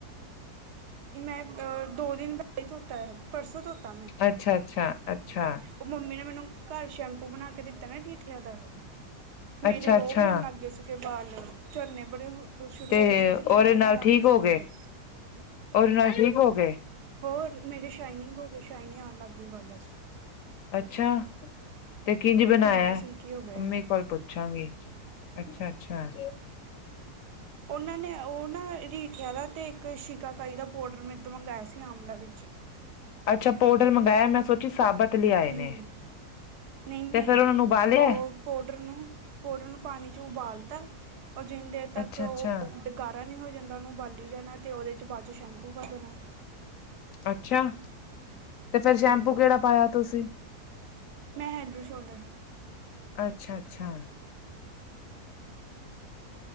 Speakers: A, on the right; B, on the left.
A: ਮੈਂ ਦੋ ਦਿਨ ਬ ਧੋਤਾ ਹੈ ਪਰਸੋਂ ਧੋਤਾ ਮੈਂ
B: ਅੱਛਾ ਅੱਛਾ ਅੱਛਾ
A: ਉਹ ਮੰਮੀ ਨੇ ਮੈਨੂੰ ਘਰ ਸ਼ੈਂਪੂ ਬਣਾ ਕੇ ਦਿੱਤਾ ਨਾ ਰੀਠਿਆ ਦਾ ਮੇਰੇ
B: ਅੱਛਾ
A: ਉਹ
B: ਅੱਛਾ
A: ਹੋਣ ਲੱਗ ਗਏ ਸੀ ਕਿ ਬਾਲ ਝੜਨੇ ਬੜੇ ਸ਼ੁਰੂ
B: ਤੇ
A: ਹੋ ਗਏ ਸੀ
B: ਉਹਦੇ
A: ਚਿੱਟੇ
B: ਨਾਲ
A: ਵਾਲ ਆ
B: ਠੀਕ
A: ਗਏ ਸੀ
B: ਹੋ
A: ਮੇਰੇ
B: ਉਹਦੇ ਨਾਲ ਠੀਕ ਹੋ ਗਏ।
A: ਹੋਰ ਮੇਰੇ ਸ਼ਾਈਨਿੰਗ ਹੋ ਗਏ ਸ਼ਾਈਨਿੰਗ ਆਉਣ ਲੱਗ ਗਈ ਵਾਲਾਂ 'ਚ
B: ਅੱਛਾ ਤੇ ਕਿੰਝ ਬਣਾਇਆ
A: ਸਿਲਕੀ ਸਿਲਕੀ ਹੋ ਗਏ
B: ਮੰਮੀ ਕੋਲ ਪੁੱ ਛਾਂਗੇ ਅੱਛਾ- ਅੱਛਾ
A: ਉਹਨਾਂ ਨੇ ਉਹ ਨਾ ਰੀਠਿਆ ਦਾ ਤੇ ਇੱਕ ਸ਼ਿਕਾਕਾਈ ਦਾ ਪਾਊਡਰ ਮੇਰੇ ਤੋਂ ਮੰਗਵਾਇਆ ਸੀ ਆਂਮਲਾ ਵਿੱਚ
B: ਅੱਛਾ ਪੋਡਰ ਮੰਗਾਇਆ ਮੈਂ ਸੋਚੀ ਸਾਬਤ ਲਿਆਏ
A: ਹੂੰ
B: ਨੇ।
A: ਨਹੀਂ-ਨਹੀਂ
B: ਤੇ ਫੇਰ ਉਹਨਾਂ ਨੂੰ ਉਬਾਲਿਆ
A: ਉਹ ਪਾਊਡਰ ਨੂੰ ਪਾਊਡਰ ਨੂੰ ਪਾਣੀ 'ਚ ਉਬਾਲਤਾ ਉਹ ਜਿੰਨ ਦੇਰ ਤੱਕ
B: ਅੱਛਾ ਅੱਛਾ
A: ਉਹ ਡ ਨਹੀਂ ਹੋ ਜਾਂਦਾ ਉਹਨੂੰ ਉਬਾਲ ਈ ਜਾਣਾ ਤੇ ਉਹਦੇ 'ਚ ਬਾਅਦ 'ਚ ਸ਼ੈਂਪੂ ਪਾ ਦੇਣਾ।
B: ਅੱਛਾ ਤੇ ਫੇਰ
A: ਹੂੰ
B: ਸ਼ੈਂਪੂ ਕਿਹੜਾ ਪਾਇਆ ਤੁਸੀਂ
A: ਮੈਂ ਹੈੱਲਡਰ ਸ਼ੋਲਡਰ
B: ਅੱਛਾ- ਅੱਛਾ